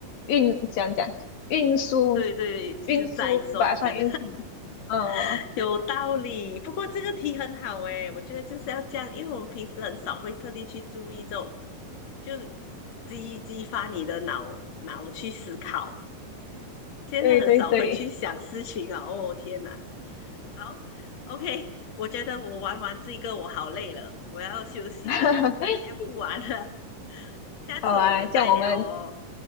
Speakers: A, on the left; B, on the left.
A: 运，讲讲运输，
B: 对对，就是再松这样，
A: 运输吧，算运输。呃，
B: <laughs> 有道理。不过这个题很好诶，我觉得就是要这样，因为我们平时很少会特地去注意这种，就激激发你的脑脑去思考。现在很少会去想事情啊，
A: 对对对，
B: 哦天哪，好，OK，我觉得我玩完这个我好累了，我要休息了，
A: <laughs>
B: 先不玩了，<laughs> 下次我们再聊哦。
A: 好啊，这样我们，